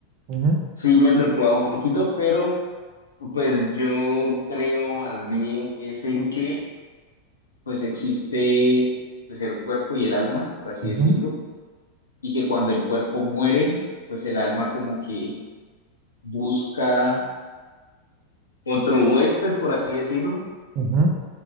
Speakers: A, on the right; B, on the left.
A: Ujú,
B: Sí, me preocupaba un poquito, pero pues yo creo más bien es en que pues existe pues el cuerpo y el alma, por así
A: ujú,
B: decirlo, y que cuando el cuerpo muere, pues el alma como que busca otro huésped, por así decirlo
A: ujú.